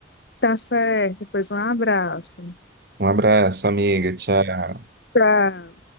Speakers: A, on the left (about 60°); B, on the right (about 50°).
A: tá certo. Pois um abraço.
B: Um abraço, amiga. Tchau.
A: Tchau.